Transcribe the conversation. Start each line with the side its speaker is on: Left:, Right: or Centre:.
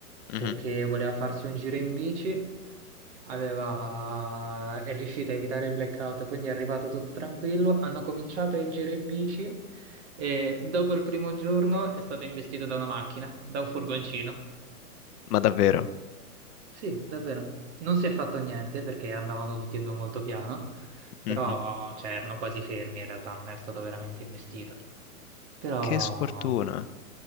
Left: Mhm.
Right: perché voleva farsi un giro in bici, aveva- è riuscito a evitare il blackout, quindi è arrivato tutto tranquillo. Hanno cominciato il giro in bici e dopo il primo giorno è stato investito da una macchina, da un furgoncino.
Left: Ma davvero?
Right: Sì, davvero. Non si è fatto niente perché andavano tutti e due molto piano, però
Left: Mhm.
Right: cioè, erano quasi fermi in realtà, non è stato veramente investito. Però
Left: Che sfortuna.